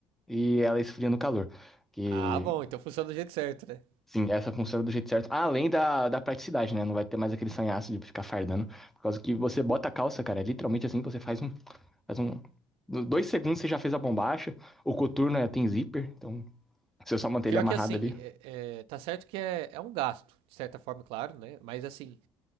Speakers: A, in the centre; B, on the right (about 80°).
A: e ela esfria no calor. Que,
B: Ah, bom, então funciona do jeito certo, né?
A: sim, essa funciona do jeito certo. Além da, da praticidade, né? Não vai ter mais aquele sanhaço de ficar fardando. Por causa que você bota a calça, cara. é Literalmente assim, você faz um, faz um. Dois segundos você já fez a bombacha. O coturno é, tem zíper, então se eu só manter
B: Pior
A: ele amarrado
B: que assim,
A: ali.
B: é- é, tá certo que é, é um gasto, de certa forma, claro, né? Mas assim,